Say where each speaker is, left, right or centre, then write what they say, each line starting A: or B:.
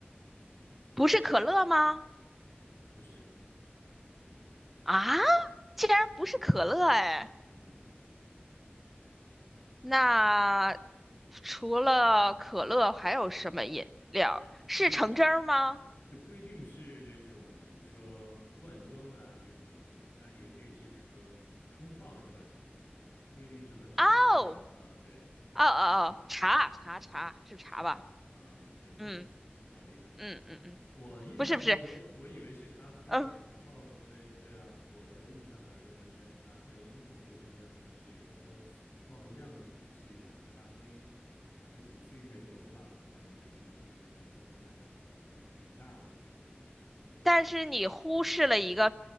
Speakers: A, in the centre; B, on the left.
A: 不是可乐吗？
B: 不是，
A: 啊，竟然不是可乐哎！
B: 嗯，
A: 那除了可乐还有什么饮料？是橙汁儿吗？
B: 就就不一定是那种，比如说罐装的啊这种饮品，它也可以是，比如说冲泡出来的，不一定是完全是这种，
A: 哦，
B: 呃，对，
A: 哦哦哦，茶茶茶是茶吧？
B: 茶啊，对对对，
A: 嗯
B: 好厉害。
A: 嗯嗯嗯，
B: 我印象中我以我以为是咖啡，
A: 不是不是，嗯。
B: 然后因为对啊，我的印象我认为应该是咖啡，因为我记得之前好像是有一个贸易量的统计，好像咖啡好像仅次于原油吧，好像就是全球的这种贸易量还还挺大的，所以我以为是咖啡的这个消费最大。
A: 但是你忽视了一个